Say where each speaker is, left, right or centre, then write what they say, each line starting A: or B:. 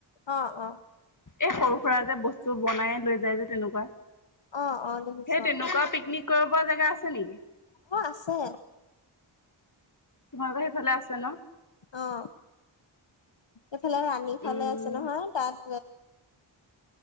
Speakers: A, on the left; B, on the left.
A: অ', অ'।
B: এ, সৰু সুৰা যে, বস্তু বনাই লৈ যায় যে তেনেকুৱা।
A: অ অ দেখিছো
B: সেই তেনেকুৱা পিকনিক কৰিব পৰা জেগা আছে নেকি?
A: অ', আছে।
B: তোমালোকৰ সেইফালে আছে ন?
A: অ'। এইফালে ৰাণীফালে
B: উম
A: আছে নহয় তাত